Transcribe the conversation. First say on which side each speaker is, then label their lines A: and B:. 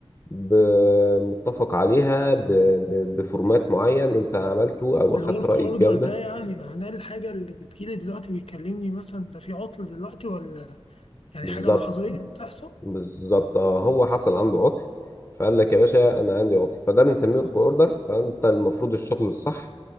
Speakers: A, on the left (about 25°); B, on the left (about 70°).
A: ب- متفق عليها ب- ب- بفورمات معين انت عملته او
B: الورك
A: اخدت رأي
B: اوردر
A: الجودة
B: ده يعني معناه الحاجه اللي بتجيلي دلوقتي بيكلمني مثلا ده في عطل دلوقتي ولا يعني
A: بالظبط
B: حاجه لحظيه بتحصل
A: بالظبط اه هو حصل عنده عطل فقال لك يا باشا انا عندي عطل فده بنسميه ورك اوردر فانت المفروض الشغل الصح